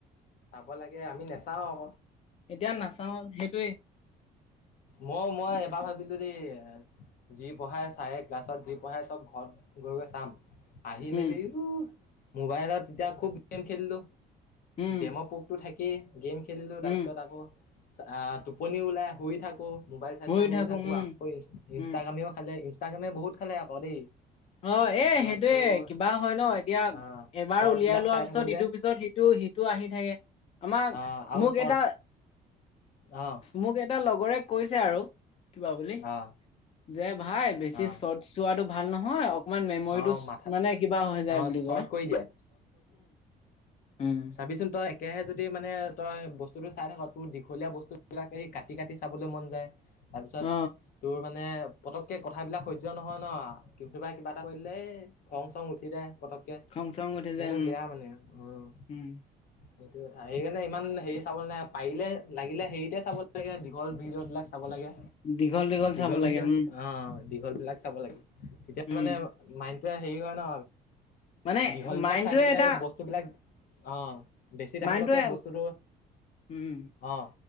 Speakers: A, on the left; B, on the left.
A: চাব লাগে আমি নেচাও আক।
B: এতিয়া নাচাও সেইটোৱে
A: মই মই এবাৰ ভাবিলো দেই এ যি পঢ়াই চাৰে ক্লাছত যি পঢ়াই চব ঘৰত গৈ গৈ চাম। আহি
B: উম
A: মেলি ও মোবাইলত তেতিয়া খুব গেম খেলিলো।
B: উম
A: গেমৰ পোকতো থাকেই, গেম খেলিলো
B: উম
A: তাৰপিছত আকৌ টোপনি ওলাই শুই থাকো মোবাইল চাই
B: ময়ো
A: চাই শুই থাকো,
B: উম
A: আকৌ ই ইনষ্টাগ্ৰামেও
B: উম
A: খালে। ইনষ্টা- গ্ৰামে বহুত খালে আক দেই।
B: অ
A: তাৰপিছত
B: এ সেইটোৱে
A: তোৰ
B: কিবা হয় ন এতিয়া
A: আহ
B: এবাৰ
A: শ্বৰ্টবিলাক
B: উলিয়াই লোৱা
A: চাই
B: পিছত
A: থাকো
B: ইটোৰ
A: যে
B: পিছত সিটো, সিটো টো আহি থাকে, আমাৰ
A: আহ আৰু
B: মোক
A: শ্বৰ্ট
B: এটা
A: অ
B: মোক এটা লগৰে কৈছে আৰু কিবা বুলি,
A: অ
B: যে ভাই বেছি
A: অ
B: শ্বৰ্ট- চোৱাটো ভাল নহয়, অ- কমান মেমৰিটো
A: অ মাথা
B: মানে কিবা হৈ যায়
A: অ
B: বুলি
A: শ্বৰ্ট
B: কয়,
A: কৰি দিয়ে
B: উম
A: ভাবিচোন তই একেহে যদি মানে তই বস্তুটো চাই থাক তোৰ দীঘলীয়া বস্তুবিলাকে এই কাট- কাটি কাটি চাবলৈ মন যায়। তাৰপিছত
B: অ
A: তোৰ মানে পতককে কথাবিলাক সহ্য নহয় ন, কিটোবাই কিবা এটা কৈ দিলে এ খং-চং উঠি যায় পতককে
B: খং চং উঠি
A: সেইকাৰণে
B: যায় উম
A: বেয়া মানে অঁ।
B: উম
A: সেইটো কথা, সেইকাৰণে ইমান হেৰি চাব নাই পাৰিলে লাগিলে হেৰিতে চাব লাগে দীঘল ভিডিঅ বিলাক চাব লাগে।
B: দীঘল
A: দীঘল
B: চাব
A: ভিডিঅচ্
B: লাগে উম
A: অঁ। দীঘল বিলাক চাব লাগে। তেতিয়া
B: উম
A: মানে মাইণ্ডটোৱে হেৰি হয় ন
B: মানে
A: দীঘল
B: মাইণ্ডটোৱে
A: বিলাক চাই থাকিলে
B: এটা
A: এই বস্তুবিলাক অ। বেছি টামৰলৈকে
B: মাইণ্ডটোৱে
A: বস্তুটো
B: উম
A: অ।